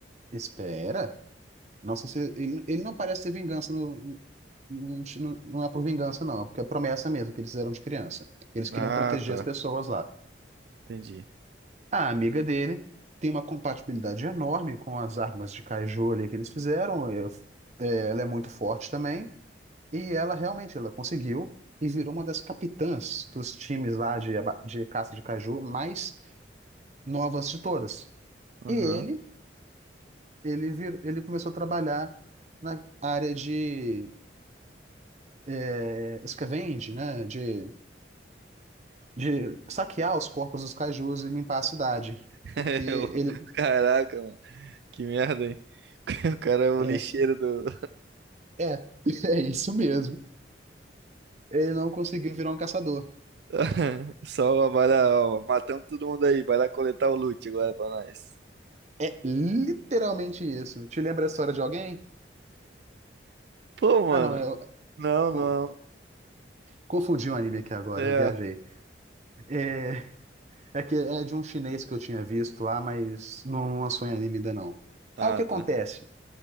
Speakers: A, on the right; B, on the right.
A: Espera. Nossa, esse, ele, ele não parece ter vingança no, no- no- não é por vingança, não, é porque é promessa mesmo que eles fizeram de criança. Eles queriam
B: Ah,
A: proteger
B: tá.
A: as pessoas lá.
B: Entendi.
A: A amiga dele tem uma compatibilidade enorme com as armas de caju ali que eles fizeram. é, é, ela é muito forte também. E ela realmente ela conseguiu e virou uma das capitãs dos times lá de, aba- de caça de caju mais novas de todas.
B: Aham.
A: E ele, ele, vir, ele começou a trabalhar na área de é, escavenge, né, de, de saquear os corpos dos cajus e limpar a cidade,
B: <laughs>
A: porque
B: Eu-
A: ele
B: Caraca, mano. Que merda, hein? <laughs> O cara é o
A: é,
B: lixeiro do.
A: é, <laughs> é isso mesmo. Ele não conseguiu virar um caçador.
B: <laughs> Só vai lá, ó, matamos todo mundo aí, vai lá coletar o loot agora pra nós.
A: É literalmente isso. Te lembra a história de alguém?
B: Pô, mano,
A: Ah, não, eu
B: não,
A: co-
B: não.
A: confundi um anime aqui agora,
B: É.
A: viajei. É, é que é de um chinês que eu tinha visto lá, mas não lançou em anime ainda não.
B: Ah,
A: Ah, o que acontece?
B: tá.